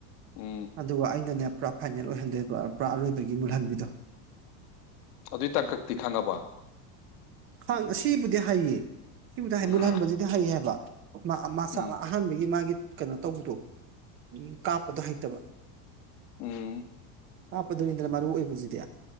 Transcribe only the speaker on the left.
ꯎꯝ
ꯑꯗꯨꯏ ꯇꯥꯡꯀꯛꯇꯤ ꯈꯪꯉꯕ
ꯎꯝ
ꯎꯝ
ꯎꯝ